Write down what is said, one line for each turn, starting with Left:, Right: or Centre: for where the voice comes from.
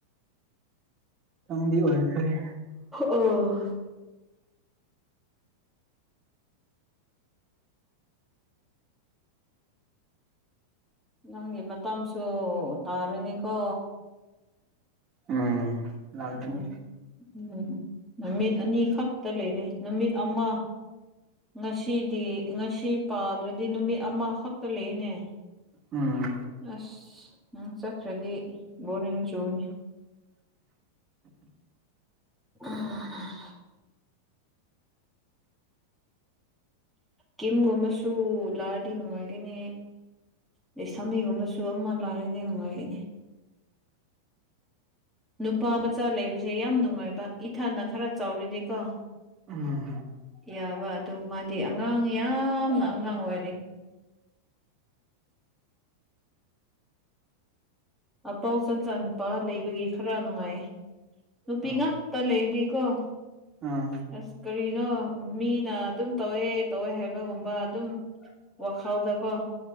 Right: ꯇꯪꯗꯤ ꯑꯣꯏꯈꯔꯦ
Centre: ꯑꯣ ꯅꯪꯒꯤ ꯃꯇꯝꯁꯨ ꯇꯥꯔꯅꯤꯀꯣ
Right: ꯎꯝ ꯂꯥꯛꯒꯅꯤ
Centre: ꯎꯝ ꯎꯝ ꯅꯨꯃꯤꯠ ꯑꯅꯤ ꯈꯛꯇ ꯂꯩꯔꯦ ꯅꯨꯃꯤꯠ ꯑꯃ ꯉꯁꯤꯗꯤ ꯉꯁꯤ ꯄꯥꯗ꯭ꯔꯗꯤ ꯅꯨꯃꯤꯠ ꯑꯃꯈꯛꯇ ꯂꯩꯅꯦ
Right: ꯎꯝ
Centre: ꯑꯁ ꯅꯪ ꯆꯠꯈ꯭ꯔꯗꯤ ꯕꯣꯔꯤꯡ ꯆꯨꯅꯤ ꯑ ꯀꯤꯝꯒꯨꯝꯕꯁꯨ ꯂꯥꯛꯑꯗꯤ ꯅꯨꯡꯉꯥꯏꯒꯅꯤ ꯂꯩꯁꯥꯃꯤꯒꯨꯝꯕꯁꯨ ꯑꯃ ꯂꯥꯛꯑꯔꯗꯤ ꯅꯨꯡꯉꯥꯏꯒꯅꯤ ꯅꯨꯄꯥ ꯃꯆꯥ ꯂꯩꯕꯁꯦ ꯌꯥꯝ ꯅꯨꯡꯉꯥꯏꯕ ꯏꯊꯅ ꯈꯔ ꯆꯥꯎꯔꯤꯗꯤꯀꯣ
Right: ꯎꯝ
Centre: ꯌꯥꯕ ꯑꯗꯨ ꯃꯥꯗꯤ ꯑꯉꯥꯡ ꯌꯥꯝꯅ ꯑꯉꯥꯡ ꯑꯣꯏꯦ ꯑꯄꯥꯎ ꯆꯟ ꯆꯥꯟꯄꯥ ꯂꯩꯕꯒꯤ ꯈꯔ ꯅꯨꯡꯉꯥꯏ ꯅꯄꯤꯒꯥꯛ
Right: ꯎꯝ
Centre: ꯇꯂ ꯏꯗꯤ ꯀꯣ
Right: ꯎꯝ
Centre: ꯑꯁ ꯀꯔꯤꯅꯣ ꯃꯤꯅ ꯑꯗꯨꯝ ꯇꯧꯋꯦ ꯇꯧꯋꯦ ꯍꯥꯏꯕꯒꯨꯝꯕ ꯑꯗꯨꯝ ꯋꯥꯈꯥꯎꯗꯀꯣ